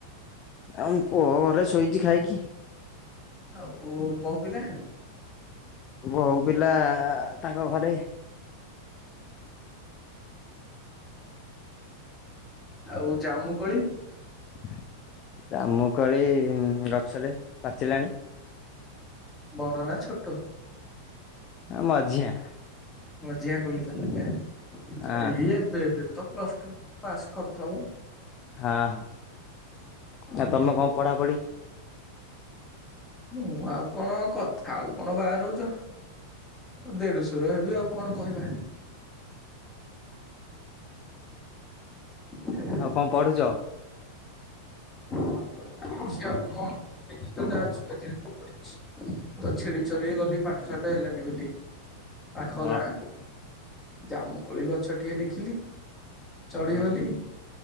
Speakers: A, on the left (about 35°); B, on the left (about 20°).
A: ଆମ ପୁଅ ଘରେ ଶୋଇଛି ଖାଇକି।
B: ଆଉ ବୋହୁ ପିଲା?
A: ବୋଉ ପିଲା ତାଙ୍କ ଘରେ।
B: ଆଉ ଜାମୁକୋଳି?
A: ଆ ଜାମୁକୋଳି ଗଛରେ ପାଚିଲାଣି।
B: ବଡ଼ ନା ଛୋଟ?
A: ଆଁ ମଝିଆ।
B: ମଝିଆ କୋଳି ତାହାଲେ ନା, ଇଏ
A: ହଁ
B: ଏବେ ଏବେ ତ ପ୍ଲସ ଟୁ। ପାସ୍ କରିଥବ?
A: ହାଁ।
B: ଓ
A: ଆଉ ତମେ
B: ହଉ
A: କଣ ପଢାପଢି?
B: ମୁଁ ଆଉ କଣ, କଥା ଆଉ କଣ ବାହାରଉଛ? ଦେଢୁଶୁର ହେବି ଆଉ କଣ କହିବା? <inaudible>
A: ଆଉ କଣ ପଢୁଛ?
B: ଛି ଆଉ କଣ ଯାହା <unintelligible> ପଢିଛି ତ ଛେଳି
A: ହଁ
B: ଚରେଇ ଗଲି ପାଠ ସାଠ ହେଲାନି ବୋଲି। ପାଖ
A: ହଁ
B: ଗାଁ
A: ହଁ
B: କୁ, ଜାମୁକୋଳି ଗଛ ଟିଏ ଦେଖିଲି ଚଢିଗଲି
A: ହଁ